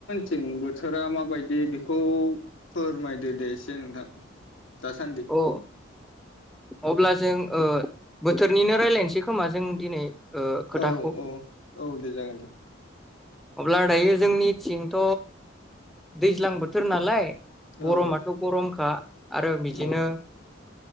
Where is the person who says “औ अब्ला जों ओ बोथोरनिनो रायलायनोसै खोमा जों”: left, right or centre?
Centre